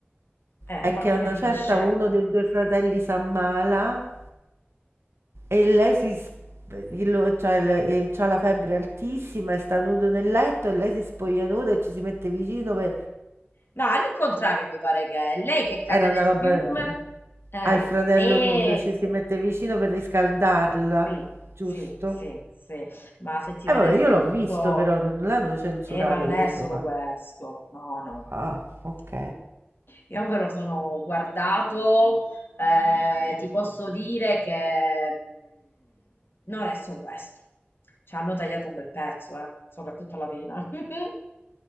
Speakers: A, on the left (about 60°); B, on the right (about 75°).
A: Eh,
B: è
A: ma
B: che
A: come
B: a una
A: finisce?
B: certa uno dei due fratelli si ammala E lei si sp lo cioè le ehm, c'ha la febbre altissima e sta nudo nel letto e lei si spoglia nuda e ci si mette vicino pe
A: No, all'incontrario mi pare che è lei che cade
B: era
A: nel
B: una roba
A: fiume.
B: del genere.
A: Eh,
B: Ha il fratello
A: e
B: nudo, ci si
A: se-
B: mette vicino per riscaldarla,
A: sì,
B: giusto?
A: sì, sì, sì, ma se ti
B: E
A: vedessi
B: vabbè, io l'ho
A: tutto...
B: visto però, non l'hanno censurato
A: Eh, ma non
B: questo
A: è solo
B: fatto.
A: questo. No, no, no, no,
B: Ah,
A: no. no.
B: ok.
A: Io me lo sono guardato, eh, ti posso dire che mm, non è solo questo. Ci hanno tagliato un bel pezzo, eh, soprattutto alla fine. <laughs>